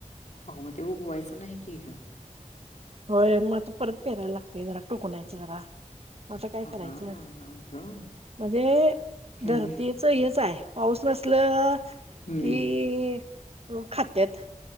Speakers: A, on the left; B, on the right.
A: अगं मग ते उगवायचं नाही की ईथ
B: होय मग आता परत पेरायला लागतोय जरा टोकनायच जरा असतां काय
A: अगं
B: करायचं
A: अगं अगं अगं
B: म्हणजे
A: हम्म
B: धर च हेच आहे पाऊस नसल
A: हम्म
B: की खात्यात